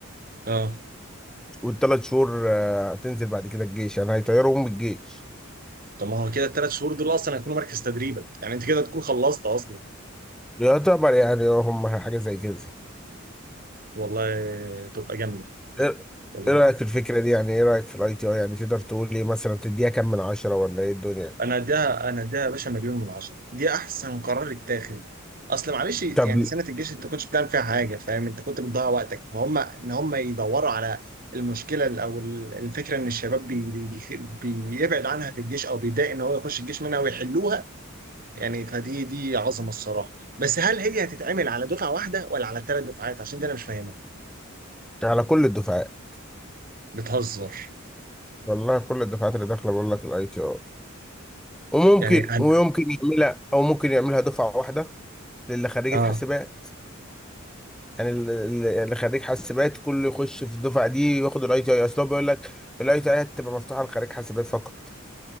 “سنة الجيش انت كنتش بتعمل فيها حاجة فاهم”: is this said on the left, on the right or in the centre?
Right